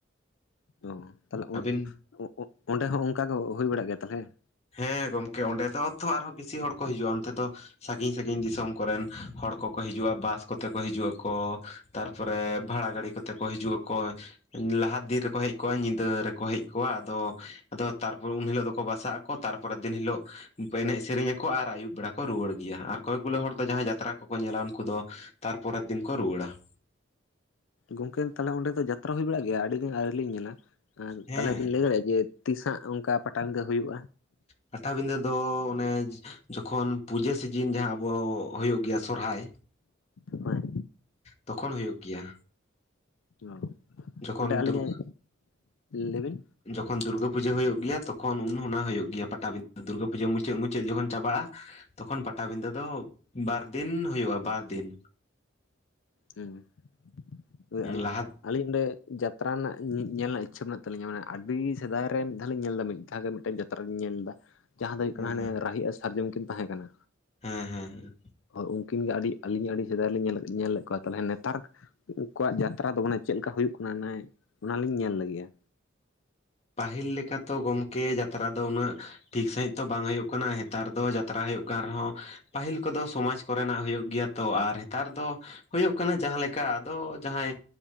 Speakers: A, on the left; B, on the left.
A: ᱚ ᱛᱟᱦᱚᱞᱮ
B: ᱟᱹᱵᱤᱱ
A: ᱚ ᱚ ᱚᱸᱰᱮ ᱦᱚᱸ ᱚᱝᱠᱟ ᱜᱮ ᱦᱩᱭ ᱵᱟᱲᱟᱜ ᱜᱮᱭᱟ ᱛᱟᱦᱚᱞᱮ ᱾
B: ᱦᱮᱸ ᱜᱚᱝᱠᱮ ᱚᱸᱰᱮ ᱫᱚ ᱛᱷᱚ ᱟᱨᱦᱚᱸ ᱵᱤᱥᱤ ᱦᱚᱲ ᱠᱚ ᱦᱤᱡᱩᱜᱼᱟ ᱚᱱᱛᱮ ᱫᱚ ᱥᱟᱺᱜᱤᱧ ᱥᱟᱺᱜᱤᱧ ᱫᱤᱥᱚᱢ ᱠᱚᱨᱮᱱ ᱦᱚᱲ ᱠᱚᱠᱚ ᱦᱤᱡᱩᱜᱼᱟ ᱵᱟᱥ ᱠᱚᱛᱮ ᱠᱚ ᱦᱤᱡᱩᱜ ᱟᱠᱚ, ᱛᱟᱨᱯᱚᱨᱮ ᱵᱷᱟᱲᱟ ᱜᱟᱹᱲᱤ ᱠᱚᱛᱮ ᱠᱚ ᱦᱤᱡᱩᱜ ᱟᱠᱚ, ᱞᱟᱦᱟ ᱫᱤᱱ ᱨᱮᱠᱚ ᱦᱮᱡ ᱠᱚᱜᱼᱟ ᱧᱤᱫᱟᱹ ᱨᱮᱠᱚ ᱦᱮᱡ ᱠᱚᱜᱼᱟ ᱟᱫᱚ ᱟᱫᱚ ᱛᱟᱨᱯᱚᱨ ᱩᱱ ᱦᱤᱞᱳᱜ ᱫᱚᱠᱚ ᱵᱟᱥᱟᱜ -ᱟᱠᱚ ᱛᱟᱨᱯᱚᱨᱮ ᱫᱤᱱ ᱦᱤᱞᱚᱜ ᱮᱱᱮᱡ ᱥᱮᱨᱮᱧ ᱟᱠᱚ ᱟᱨ ᱟᱹᱭᱩᱵ ᱵᱮᱲᱟ ᱠᱚ ᱨᱩᱣᱟᱹᱲ ᱜᱮᱭᱟ, ᱟᱨ ᱚᱠᱚᱭ ᱜᱩᱞᱳ ᱦᱚᱲ ᱫᱚ ᱡᱟᱦᱟᱸᱭ ᱡᱟᱛᱨᱟ ᱠᱚᱠᱚ ᱧᱮᱞᱟ ᱩᱱᱠᱩ ᱫᱚ ᱛᱟᱨᱯᱚᱨᱮᱨ ᱫᱤᱱ ᱠᱚ ᱨᱩᱣᱟᱹᱲᱟ ᱾
A: ᱜᱚᱝᱠᱮ ᱛᱟᱦᱚᱞᱮ ᱚᱸᱰᱮ ᱫᱚ ᱡᱟᱛᱨᱟ ᱦᱩᱭ ᱵᱟᱲᱟᱜ ᱜᱮᱭᱟ? ᱟᱹᱰᱤ ᱫᱤᱱ ᱟᱹᱣᱨᱤ ᱞᱤᱧ ᱧᱮᱞᱟ, ᱟᱨ
B: ᱦᱮᱸ
A: ᱛᱟᱦᱚᱞᱮ ᱵᱤᱱ ᱞᱮᱭ ᱫᱟᱲᱮᱭᱟᱜᱼᱟ ᱡᱮ ᱛᱤᱥ ᱟᱜ ᱚᱱᱠᱟ ᱯᱟᱴᱟᱵᱤᱫᱟᱹ ᱦᱩᱭᱩᱜᱼᱟ
B: ᱯᱟᱴᱟᱵᱤᱫᱟᱹ ᱫᱚ ᱚᱱᱮ ᱡᱚᱠᱷᱚᱱ ᱯᱩᱡᱟᱹ ᱥᱤᱡᱤᱱ ᱡᱟᱦᱟᱸ ᱟᱵᱚ ᱦᱩᱭᱩᱜ ᱜᱮᱭᱟ ᱥᱚᱨᱦᱟᱭ
A: ᱦᱳᱭ
B: ᱛᱚᱠᱷᱚᱱ ᱦᱩᱭᱩᱜ ᱜᱮᱭᱟ᱾
A: ᱳ
B: ᱡᱚᱠᱷᱚᱱ
A: ᱚᱸᱰᱮ ᱟᱹᱞᱤᱧᱟᱜ
B: ᱫᱩᱨᱜᱟᱹ
A: ᱞᱟᱹᱭ ᱵᱤᱱ
B: ᱡᱚᱠᱷᱚᱱ ᱫᱩᱨᱜᱟᱹ ᱯᱩᱡᱟᱹ ᱦᱩᱭᱩᱜ ᱜᱮᱭᱟ ᱛᱚᱠᱷᱚᱱ ᱩᱱᱦᱚ ᱚᱱᱟ ᱦᱩᱭᱩᱜ ᱜᱮᱭᱟ ᱯᱟᱴᱟᱵᱤᱫᱫᱟᱹ ᱫᱩᱨᱜᱟᱹ ᱯᱩᱡᱟᱹ ᱢᱩᱪᱟᱹᱫ ᱢᱩᱪᱟᱹᱫ ᱡᱚᱠᱷᱚᱱ ᱪᱟᱵᱟᱜᱼᱟ ᱛᱚᱠᱷᱚᱱ ᱯᱟᱴᱟᱵᱤᱫᱟᱹ ᱫᱚ ᱵᱟᱨᱫᱤᱱ ᱦᱩᱭᱩᱜᱼᱟ ᱵᱟᱨ ᱫᱤᱱ
A: ᱦᱮᱸ ᱦᱳᱭ <unintelligible>
B: ᱞᱟᱦᱟ
A: ᱟᱹᱞᱤᱧ ᱚᱸᱰᱮ ᱡᱟᱛᱨᱟ ᱨᱮᱱᱟᱜ ᱧᱮᱞ ᱨᱮᱱᱟᱜ ᱤᱪᱷᱟᱹ ᱢᱮᱱᱟᱜ ᱛᱟᱹᱞᱤᱧᱟ ᱢᱟᱱᱮ ᱟᱹᱰᱤ ᱥᱮᱫᱟᱭ ᱨᱮ ᱢᱤᱫ ᱫᱷᱟᱣ ᱞᱤᱧ ᱧᱮᱞ ᱮᱫᱟ ᱢᱤᱫ ᱫᱷᱟᱣ ᱜᱮ ᱢᱤᱫᱴᱮᱱ ᱡᱟᱛ ᱡᱟᱛᱨᱟᱧ ᱤᱧ ᱧᱮᱞ ᱞᱮᱫ-ᱟ ᱡᱟᱦᱟᱸ ᱫᱚ ᱦᱩᱭᱩᱜ
B: ᱦᱮᱸ
A: ᱠᱟᱱᱟ ᱦᱟᱱᱮ ᱨᱟᱦᱤ ᱟᱨ ᱥᱟᱨᱡᱚᱢ ᱠᱤᱱ ᱛᱟᱦᱮᱸ ᱠᱟᱱᱟ᱾
B: ᱦᱮᱸ ᱦᱮᱸ ᱦᱮᱸ
A: ᱦᱳᱭ ᱩᱱᱠᱤᱱ ᱜᱮ ᱟᱹᱰᱤ ᱟᱹᱞᱤᱧ ᱟᱹᱰᱤ ᱥᱮᱫᱟᱭ ᱞᱤᱧ ᱧᱮᱞ ᱞᱮᱫ ᱠᱚᱣᱟ ᱛᱟᱦᱚᱞᱮ ᱱᱮᱛᱟᱨ ᱩᱱᱠᱩᱣᱟᱜ ᱡᱟᱛᱨᱟ ᱫᱚ ᱢᱟᱱᱮ ᱪᱮᱫ ᱞᱮᱠᱟ ᱦᱩᱭᱩᱜ ᱠᱟᱱᱟ ᱚᱱᱟᱞᱤᱧ ᱧᱮᱞ ᱞᱟᱹᱜᱤᱫᱼᱟ᱾
B: ᱯᱟᱹᱦᱤᱞ ᱞᱮᱠᱟᱛᱚ ᱜᱚᱢᱠᱮ ᱡᱟᱛᱨᱟ ᱫᱚ ᱩᱱᱟᱹᱜ ᱴᱷᱤᱠ ᱥᱟᱺᱦᱤᱡ ᱛᱚ ᱵᱟᱝ ᱦᱩᱭᱩᱜ ᱠᱟᱱᱟ ᱱᱮᱛᱟᱨ ᱫᱚ ᱡᱟᱛᱨᱟ ᱦᱩᱭᱩᱜ ᱠᱟᱱ ᱨᱮᱦᱚᱸ ᱯᱟᱹᱦᱤᱞ ᱠᱚᱫᱚ ᱥᱚᱢᱟᱡᱽ ᱠᱚᱨᱮᱱᱟᱜ ᱦᱩᱭᱩᱜ ᱜᱮᱭᱟ ᱛᱚ ᱟᱨ ᱱᱮᱛᱟᱨ ᱫᱚ ᱦᱩᱭᱩᱜ ᱠᱟᱱᱟ ᱡᱟᱦᱟᱸ ᱞᱮᱠᱟ ᱟᱫᱚ ᱡᱟᱦᱟᱸᱭ